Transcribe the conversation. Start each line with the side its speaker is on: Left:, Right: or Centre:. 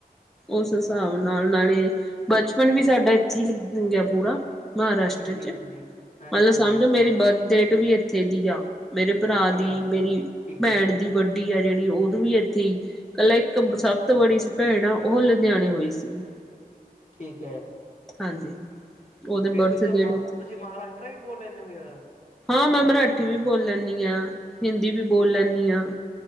Centre: ਉਸ ਹਿਸਾਬ ਨਾਲ, ਨਾਲੇ ਬਚਪਨ ਵੀ ਸਾਡਾ ਇੱਥੇ ਹੀ - ਲੰਘਿਆਂ ਪੂਰਾ ਮਹਾਰਾਸ਼ਟਰ'ਚ,
Left: ਹਾਂਜੀ ਹਾਂਜੀ ਹਾਂਜੀ
Centre: ਮਤਲਬ
Left: ਹਾਂਜੀ
Centre: ਸਮਝੋ ਮੇਰੀ ਬਰ੍ਥ ਵੀ ਇੱਥੇ ਦੀ ਆ। ਮੇਰੇ ਭਰਾ
Left: ਪੰਜਾਬ
Centre: ਦੀ, ਮੇਰੀ
Left: ਠੀਕ
Centre: ਭੈਣ
Left: ਹੈ
Centre: ਦੀ, ਵੱਡੀ- ਆ ਜਿਹੜੀ, ਉਦੋਂ ਵੀ ਇੱਥੇ ਹੀ, ਇਕੱਲਾ ਇੱਕ ਸਭ ਤੋਂ ਬੜੀ ਭੈਣ ਆ, ਉਹ ਲੁਧਿਆਣੇ ਹੋਈ ਸੀਗੀ।
Left: ਠੀਕ ਹੈ।
Centre: ਹਾਂਜੀ। ਉਹਦੇ
Left: ਫੇਰ
Centre: ਬਰਥ
Left: ਤੁਸੀਂ ਤਾਂ
Centre: ਡੇਟ
Left: ਮਾ,
Centre: ਉੱਥੇ।
Left: ਤੁਸੀਂ ਮਹਾਰਾਸ਼ਟਰਾਂ ਵੀ ਬੋਲ ਲੈਂਦੇ ਹੋਗੇ ਫੇਰ?
Centre: ਹਾਂ, ਮੈਂ ਮਰਾਠੀ ਵੀ ਬੋਲ ਲੈਂਦੀ ਹਾਂ। ਹਿੰਦੀ ਵੀ
Left: ਇਹ
Centre: ਬੋਲ ਲੈਣੀ ਆਂ।